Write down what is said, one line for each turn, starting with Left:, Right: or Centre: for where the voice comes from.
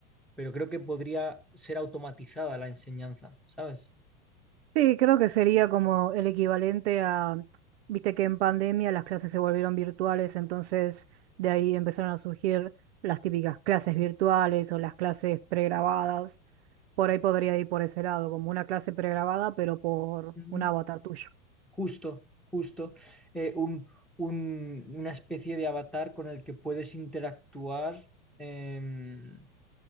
Centre: pero creo que podría ser automatizada la enseñanza, ¿sabes?
Right: sí, creo que sería como el equivalente a, viste que en pandemia las clases se volvieron virtuales, entonces de ahí empezaron a surgir las típicas clases virtuales o las clases pregrabadas. Por ahí podría ir por ese lado, como una clase pregrabada, pero por
Centre: Mm.
Right: un avatar tuyo.
Centre: Justo, justo. eh, un, un- una especie de avatar con el que puedes interactuar em,